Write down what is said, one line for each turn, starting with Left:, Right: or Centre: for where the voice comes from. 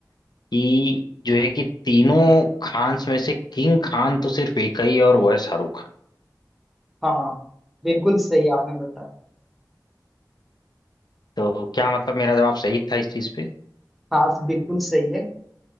Left: कि जो है कि तीनों खान्स में से किंग खान तो सिर्फ एक ही है और वो है शाहरुख खान
Centre: हाँ बिल्कुल सही आपने बताया
Left: तो क्या मतलब मेरा जवाब सही था इस चीज पे
Centre: हाँ बिल्कुल सही है